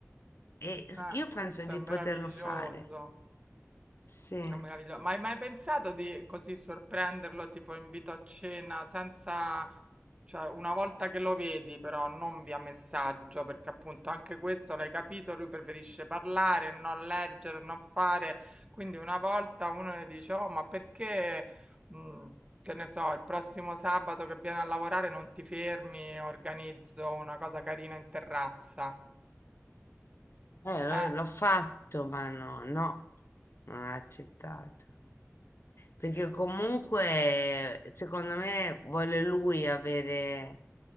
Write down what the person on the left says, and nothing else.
E s-
io penso
di
poterlo fare. Sì, Eh,
l'ho
l'ho fatto, ma no, no, non l'ho accettato. Perché comunque, secondo me, vuole lui avere